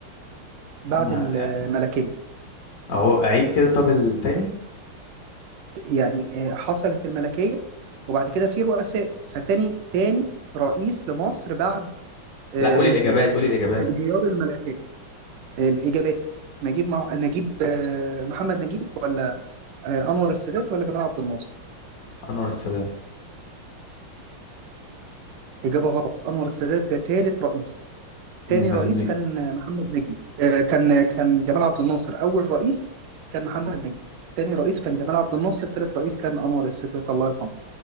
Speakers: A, on the right (about 75°); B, on the left (about 70°).
A: بعد
B: ما
A: الملكية
B: أهو أعيد كده طب التاني
A: يعني آه، حصلت الملكية وبعد كده في رؤساء فتاني تاني رئيس لمصر بعد آه،
B: لا قولي الإجابات
A: آه،
B: قولي الإجابات
A: انهيار الملكية آه، الإجابات نجيب مع... نجيب آه، محمد نجيب ولا آه، أنور السادات ولا جمال عبد الناصر
B: أنور السادات
A: إجابة غلط أنور السادات ده ثالث رئيس تاني
B: أمال
A: رئيس
B: مين؟
A: كان آه، محمد نجيب آه، كان كان جمال عبد الناصر أول رئيس كان محمد نجيب تاني رئيس كان جمال عبد الناصر ثالث رئيس كان أنور السادات الله يرحمه